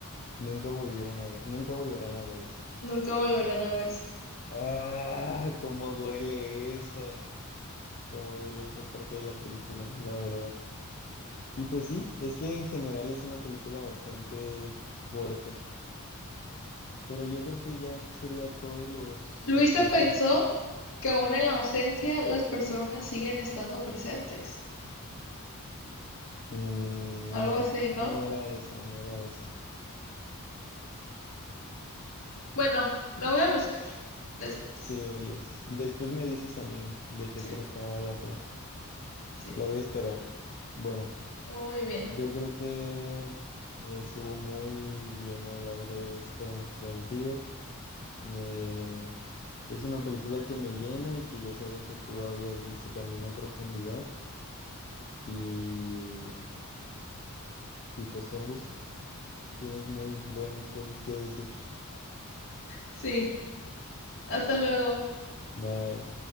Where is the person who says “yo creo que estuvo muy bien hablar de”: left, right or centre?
Left